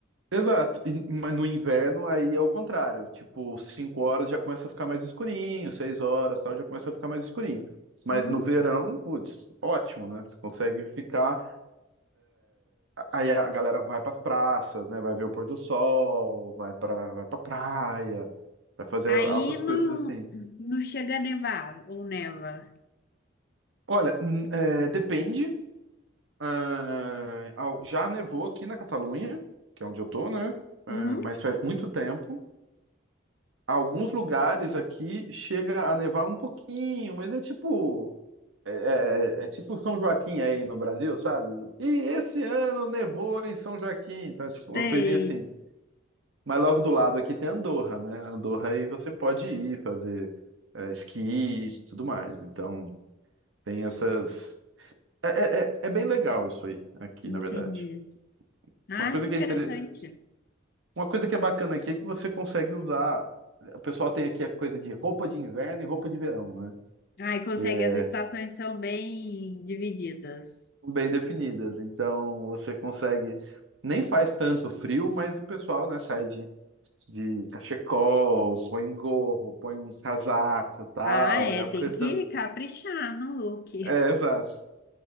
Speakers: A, on the right (about 75°); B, on the left (about 50°).
A: Exato, e- mas no inverno aí é o contrário, tipo, 5 horas já começa a ficar mais escurinho, 6 horas, tal, já começa a ficar mais escurinho. Mas
B: Uhum.
A: no verão, putz, ótimo, né? Você consegue ficar, aí a galera vai para as praças, né? Vai ver o pôr do sol, vai para vai para praia, vai fazer
B: Aí
A: altas
B: não,
A: coisas assim.
B: não chega a nevar ou neva.
A: Olha, hum, é, depende. ah, ao- já nevou aqui na Catalunha, que é onde eu tô, né? É,
B: Uhum.
A: mas faz muito tempo. alguns lugares aqui chega a nevar um pouquinho, mas é tipo. É, é- é é tipo São Joaquim aí no Brasil, sabe? E esse ano nevou em São Joaquim, então é tipo uma
B: Sei,
A: coisinha assim. Mas logo do lado aqui tem Andorra, né? Andorra aí você pode ir fazer é, esqui e tudo mais. Então tem essas. É, é- é- é bem legal isso aí, aqui,
B: entendi.
A: na verdade.
B: Ah,
A: Uma coisa
B: que
A: que
B: interessante.
A: é inter... uma coisa que é bacana aqui é que você consegue usar. O pessoal tem aqui a coisa de roupa de inverno e roupa de verão, né?
B: Ah, e consegue,
A: que é
B: as estações são bem divididas.
A: bem definidas. Então você consegue. Nem faz tanto frio, mas o pessoal, né, sai de, de cachecol, põe um gorro, põe um casaco, e tal,
B: Ah, é,
A: é a
B: tem
A: coisa.
B: que
A: <laughs>
B: caprichar no look.
A: É, exato.